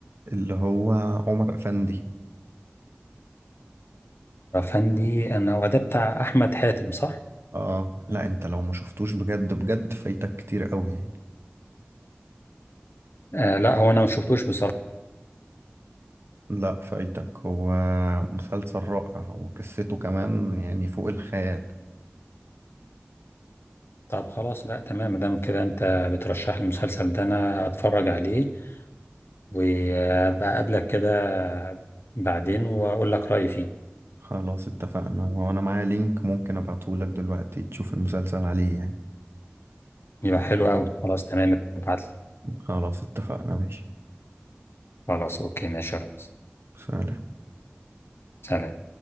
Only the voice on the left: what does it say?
رفندي انا هو ده بتاع احمد حاتم صح
آه لا هو انا ما شفتوش بصراحه
طب خلاص لا تمام دام كده انت بترشح لي المسلسل ده انا هتفرج عليه وابقى اقابلك كده بعدين واقول لك رايي فيه
يبقى حلو قوي خلاص تمام ابعت لي
خلاص اوكي ماشي يا رامز
سلام